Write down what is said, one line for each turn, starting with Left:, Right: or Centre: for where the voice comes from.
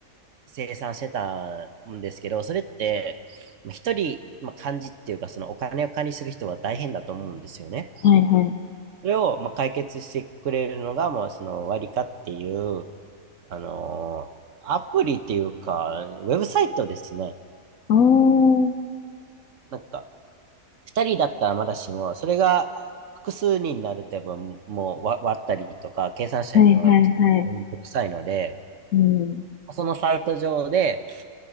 Right: 生産してたんですけど、それって、まあ一人、まあ、幹事っていうか、そのお金を管理する人が大変だと思うんですよね。
Left: はい、はい。
Right: それを、まあ、解決してくれるのが、もうその割りかっていう、あのーアプリっていうか、ウェブサイトですね。
Left: おー。
Right: なんか、二人だったらまだしも、それが複数人になると、やっぱもうわ割ったりとか、計算したりのがめんどくさいので、
Left: はい、はい、はい。うん。
Right: そのサイト上で、